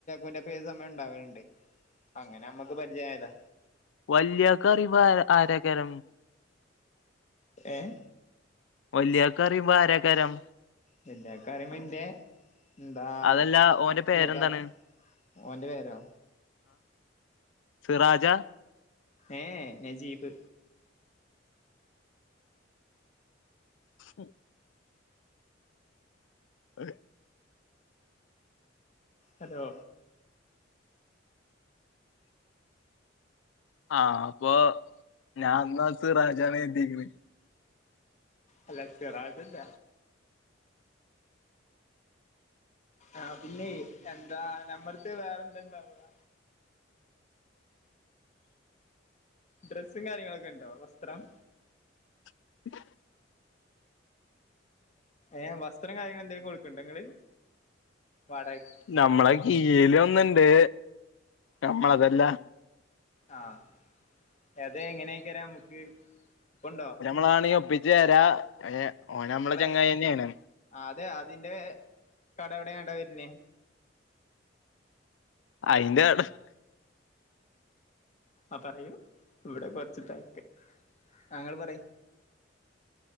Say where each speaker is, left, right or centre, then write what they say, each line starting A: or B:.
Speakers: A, on the left (about 40°); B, on the left (about 75°).
A: ഓന്റെപ്പം ഏത് സമയോം ഉണ്ടാവലുണ്ട് അങ്ങനെ മ്മക്ക് പരിചയായതാ
B: വല്യാകാ പറിമ്പം ആരേകരം?
A: ഏഹ്
B: വല്ല്യാക്കറിയുമ്പോ ആരാക്കാരം?
A: വല്ലാക്കാരി മംന്റെ എന്താ
B: അതല്ല ഓന്റെ പേരെന്താണ്
A: മൂത്താപ് ഓൻ്റെ പേരോ?
B: സിറാജാ?
A: ഏ ഹ് നജീബ്
B: ഉം അ <unintelligible>
A: ഹലോ
B: ആഹ അപ്പൊ ഞാന്ന സിറാജാന്നാ കരുതിക്കെണെ
A: അല്ല സിറാജല്ല ആഹ പിന്നെയ് എന്താ ഞമ്മട്ത്തെ വേറെന്താണ്ടാവാ? ഡ്രസ്സും കാര്യങ്ങളൊക്കെ ഉണ്ടോ? വസ്ത്രം?
B: ഉ <unintelligible>
A: ഏഹ് വസ്ത്രം കാര്യങ്ങളെന്തെങ്കിലും കൊടുക്ക്ണ്ട നിങ്ങള് വാടക -
B: നമ്മളെ കീയ്‌ലൊന്ന്ണ്ട് നമ്മളതല്ല
A: ആഹ അ അത എങ്ങനെയൊക്കെരം നമുക്ക്? ഇപ്പുണ്ടോ
B: ഞമ്മളാണെങ്കി ഒപ്പിച്ചേരാ ഓ നമ്മെളെ
A: നിങ്ങളെ
B: ചങ്ങായിന്നേണ്
A: അതെ അതിന്റെ കട എവിടെണ്ടാ വരുന്നേ
B: അയിന്റെ <unintelligible>
A: ആ പറയൂ, ഇവടെ കൊറച്ച് തെരക്ക് താങ്കൾ പറയ്.